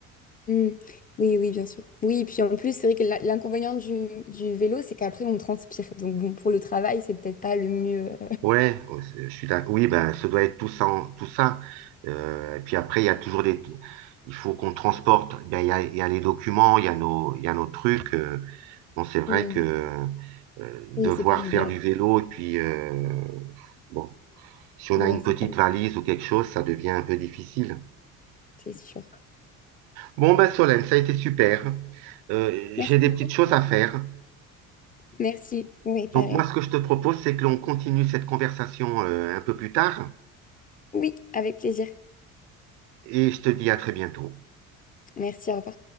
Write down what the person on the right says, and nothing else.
Ouais, ouais, je suis d'ac- Oui, ben, ça doit être tout ça. en- Tout ça. Euh, et puis après, il y a toujours des. Il faut qu'on transporte. Ben, il y a, il y a les documents, il y a nos, il y a nos trucs. euh. bon, c'est vrai
que euh, devoir
faire du vélo, et puis, euh, bon, si on
a une petite
valise ou quelque chose, ça devient un peu difficile.
Bon, ben Solène, ça a été super. Euh,
j'ai des
petites choses à faire.
Donc moi, ce que je te propose, c'est que l'on continue cette conversation euh, un peu plus tard
et je te dis à très bientôt.